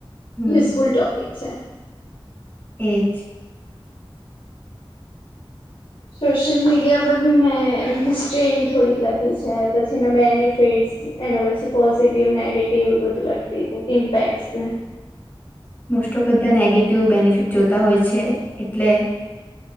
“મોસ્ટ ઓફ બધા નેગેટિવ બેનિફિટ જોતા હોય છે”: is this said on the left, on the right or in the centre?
Left